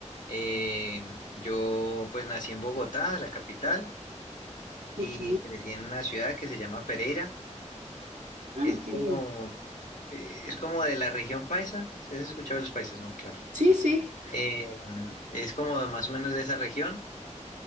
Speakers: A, on the left (about 80°); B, on the right (about 80°).
A: eh, yo pues nací en Bogotá, la capital,
B: Ok.
A: y crecí en una ciudad que se llama Pereira.
B: Ah,
A: Es
B: qué
A: como,
B: bien.
A: eh, es como de la región paisa. ¿Sí has escuchado de los paisas? No, claro.
B: Sí, sí.
A: Eh, es como de más o menos de esa región.